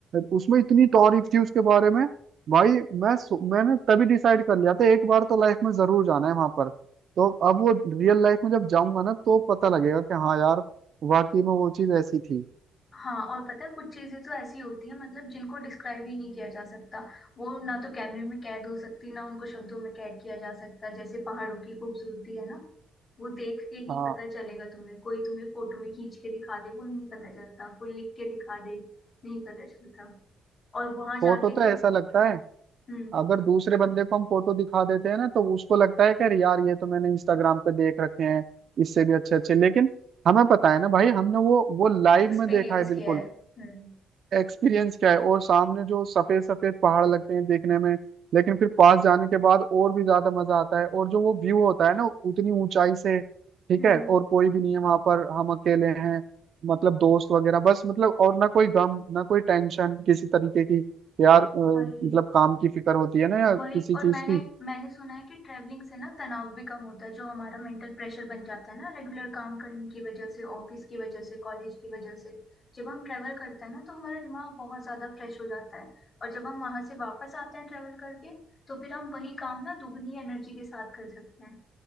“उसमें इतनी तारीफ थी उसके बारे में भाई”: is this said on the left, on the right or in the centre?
Right